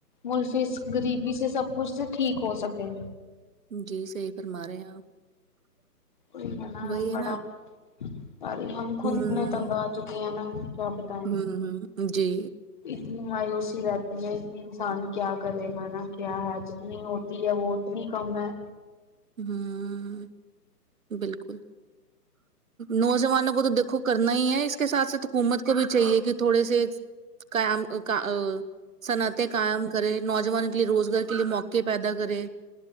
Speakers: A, on the left (about 30°); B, on the right (about 55°).
A: ملفی غریبی سے سب کچھ سے ٹھیک ہو سکے
B: جی صحیح فرما رہے ہیں آپ
A: وہی ہے نا
B: وہی ہے
A: بڑا پر ہم خود
B: ہ
A: اتنے تنگ آچکے ہیں نا کیا بتائیں
B: ہ ہ جی
A: اتنی مایوسی رہتی ہے ک انسان کیا کرے گا نا کیا ہے جتنی ہوتی ہے وہ نی کم ہے
B: ہوں بالکل نوجوانوں کو تو دیکھو کرنا ہی ہے اس کے ساتھ ساتھ حکومت کو بھی چاہیے کہ تھوڑے سے کام کا صنعتیں قائم کرے نوجوان کے لیے روزگار کے لیے موقع پیدا کرے